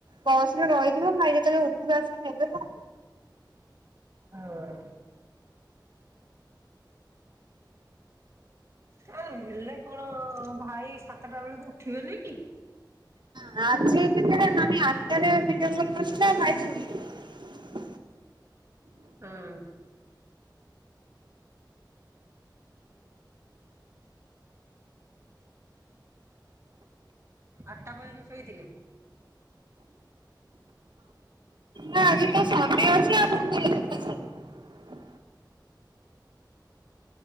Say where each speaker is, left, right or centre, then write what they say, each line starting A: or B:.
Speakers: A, on the right (about 75°); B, on the right (about 35°).
A: ବସ୍ ରେ ରହିଥିବ ଭାଇ ଯେତେବେଳେ ଉଠି ଆସିକି ନେବେ ଆଉ।
B: ହଁ। ଆ ହେଲେ କଣ ଭାଇ ସାତଟା ବେଳକୁ ଉଠିବେନି କି?
A: ନାଁ ଆଜି ଭିତରେ ନାନୀ ଆଠଟା ରେ ଭିଡିଓ କଲ୍ କରିଥିଲା ଭାଇ ଶୋଇ ଥିଲେ।
B: ହଁ। ଆଠଟା ପର୍ଯ୍ୟନ୍ତ ଶୋଇଥିଲେ।
A: ନାଁ ଆଜି ତ ସଣ୍ଡେ ଅଛି ଆଉ <unintelligible>